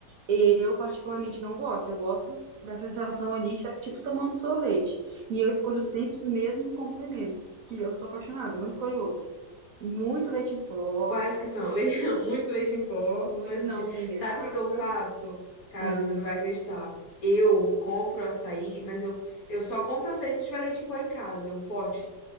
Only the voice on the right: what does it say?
Eu, particularmente, não gosto. Eu gosto da sensação ali, de estar, tipo, tomando um sorvete. E eu escolho sempre os mesmos complementos, que eu sou apaixonada, não escolho outro. Muito leite em pó,
muito,
senão
não tem graça.
Hum.